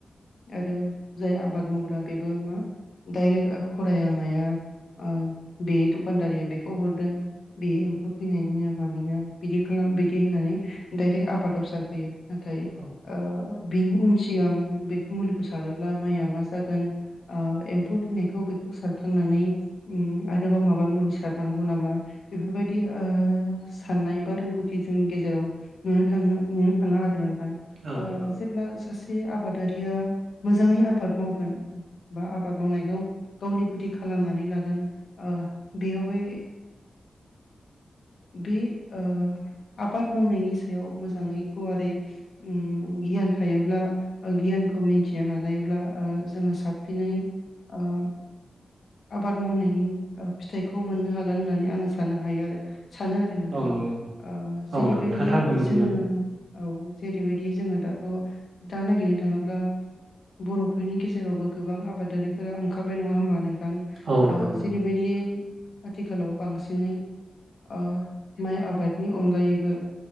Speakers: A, on the left; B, on the right.
A: आरो जाय आबाद मावग्रा बेबो मा दायरेक्ट ओ फराया माया ओ बे दखानदारिया बेखौ हरदों बे एम्फौ थैनायनिनो मानिनो बिदि खालाम बिदि होननानै डायरेक्ट आबादाव सारफैयो नाथाय
B: औ
A: ओ बिनि उन सिगां बे मुलिखौ सारोब्ला माइआ मा जागोन ओ एम्फौ थैनायखौ बे खौ सारखांनानै उम आरोबाव माबा मुलि सारनांगौ नामा बेफोरबायदि ओ साननाय बा रोंगौथि जोंनि गेजेराव नुनो थाङो नुनो थाङा आरो नोंथां
B: औ नंगौ
A: जेब्ला सासे आबादारिया मोजाङै आबाद मावगोन बा आबाद मावनायखौ गावनि गुदि खालामनानै लागोन ओ बेयावहाय बे ओ आबाद मावनायनि सायाव मोजाङै गुवारै उम गियान थायोब्ला गियानखौ मिन्थिनो नाजायोब्ला ओ जोङो साबफिनै ओ आबाद मावनायनि फिथाइखौ मोननो हागोन होननानै आङो साननो हायो आरो। सानो आरो नोंथां
B: औ नंगौ
A: ओ
B: औ
A: जेरैबायदि
B: नोंथाङा थारखौनो
A: जोङो
B: बुंदों
A: औ जेरैबायदि जोङो दाथ' दा नागिरनो थाङोब्ला बर'फोरनि गेजेरावबो गोबां आबादारिफोरा ओंखारबाय नङा होमबा नोंथां
B: औ नंगौ
A: ओ जेरैबाय बियै आथिखालाव बांसिनै ओ माइ आबादनि अनगायैबो